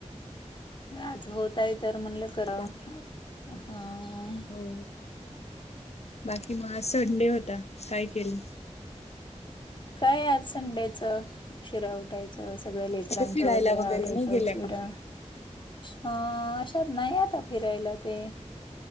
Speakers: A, on the left; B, on the left.
A: आज होत आहे तर म्हणलं. कराव
B: बाकी
A: हा.
B: हो बाकी मग आज संडे होता काय केलं?
A: काय आहे आज संडेचं? उशिरा उठायचं सगळं लेकरांचं
B: कुठे फिरायला
A: वगैरे आवरायचं
B: नाही गेल्या
A: उशिरा
B: का
A: अ अशात नाही आता फिरायला ते